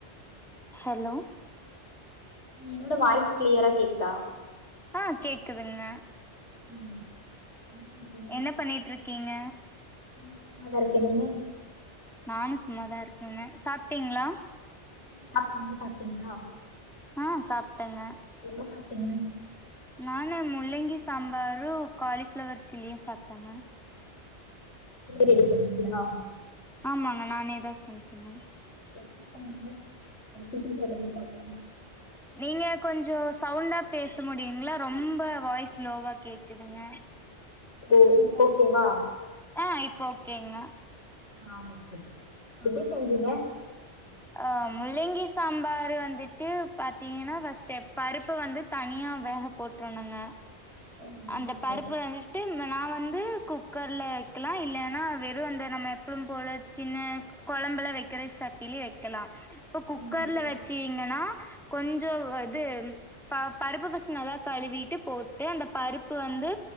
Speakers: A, on the left; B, in the centre.
A: hello
B: hello
A: என்னோட voice கிளியரா கேக்குதா
B: ஆ கேக்குதுங்க
A: ம் என்ன பண்றீங்க
B: என்ன பண்ணிட்டு இருக்கீங்க
A: நா சும்மா தா இருக்கே நீங்க
B: நானும் சும்மாதா இருக்கேன்னே சாப்ட்டீங்ளா
A: ம் சாப்டே நீங்க சாப்டீங்ளா
B: ஆ சாப்ட்டேங்க
A: என்ன சாப்டீங்க
B: நானு முள்ளங்கி சாம்பாரும் காலிஃப்ளவர் சில்லியு சாப்ட்டேங்க
A: ரெடி பண்ணீடீங்களா
B: ஆமாங்க நானே தா சமச்சேன்ங்க
A: எப்டி பண்ணீங்க அத பத்தி சொல்லுங்க பாப்போ
B: நீங்க கொஞ்சோ சவுண்டா பேச முடியுங்களா ரொம்ப வாய்ஸ் ஸ்லோவா கேக்குதுங்க
A: ம் இப்போ ஓகேவா
B: ஆ இப்ப ஓகேங்க
A: ஆ ஓகே எப்டி செஞ்சீங்க
B: ஆ முள்ளங்கி சாம்பார் வந்துட்டு பாத்தீங்கன்னா ஃபஸ்ட்டு பருப்பு வந்து தனியா வேக போட்றனுங்க
A: ம்
B: அந்த
A: சேரி
B: பருப்புலந்து நா வந்து குக்கரில்ல வைக்கலா இல்லன்னா வெறும் அந்த நம்ம எப்பவும் போல சின்ன கொழம்புல வைக்கிற சட்டிலு வைக்கலா இப்ப குக்கர்ல
A: ம் சேரி
B: வெச்சீங்கன்னா கொஞ்ச இது ப பருப்பு ஃபஸ்ட் நல்லா கழுவிட்டு போட்டு அந்த பருப்பு வந்து